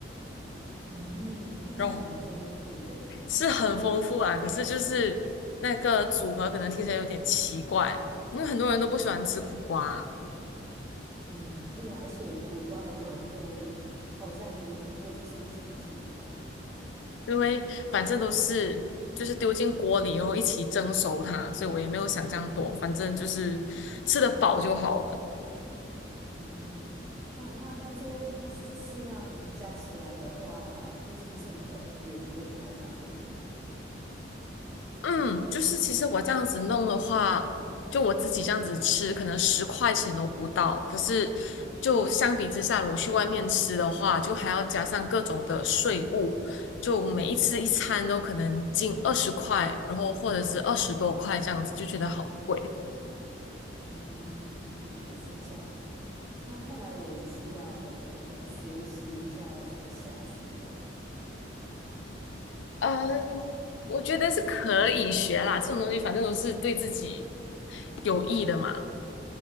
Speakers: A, on the right (about 15°); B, on the left (about 75°).
A: 嗯，听起来蛮丰富的耶
B: 然后是很丰富啊。可是就是那个组合可能听起来有点奇怪，因为很多人都不喜欢吃苦瓜，
A: 嗯，对啊，而且苦瓜和毛豆好像没听过这新鲜的组合耶
B: 因为反正都是就是丢进锅里然后一起蒸熟它，所以我也没有想这样多，反正就是吃得饱就好了。
A: 嗯，那那那这样，那这四样加起来的话，就是成本也不会太高了，对吧？
B: 嗯，就是其实我这样子弄的话，就我自己这样子吃，可能十块钱都不到。可是就相比之下，我去外面吃的话，就还要加上各种的税务，就每一次一餐都可能近二十块，然后或者是二十多块这样子，就觉得好贵。
A: 嗯，的确是这样的。那看来我也是要呃学习一下要怎么下厨咯。
B: 嗯，我觉得是可以学啦，这种东西反正都是对自己有益的嘛。